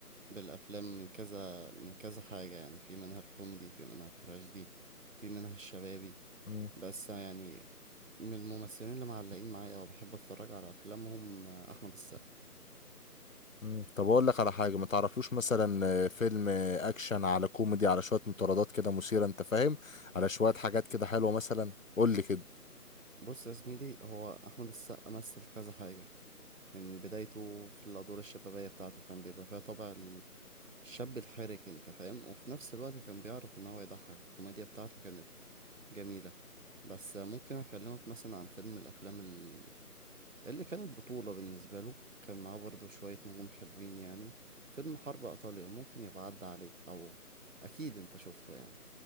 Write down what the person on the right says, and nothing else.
بالأفلام من كذا من كذا حاجة يعني في منها الكوميدي في منها التراجيدي في منها الشبابي
بس يعني من الممثلين اللي معلقين معايا وبحب أتفرج على أفلامهم آه، أحمد السقا
بص يا زميلي هو أحمد السقا مثل كذا حاجة من بدايته في الأدوار الشبابية بتاعته كان بيبقى فيها طابع الشاب الحرك انت فاهم وفي نفس الوقت كان بيعرف ان هو يضحك الكوميديا بتاعته كانت جميلة بس ممكن اكلمك مثلا عن فيلم من الافلام ال- اللي كانت بطولة بالنسبة له كان معاه برضه شوية نجوم حلوين يعني فيلم حرب ايطاليا ممكن يبقى عدى عليك او اكيد انت شفته يعني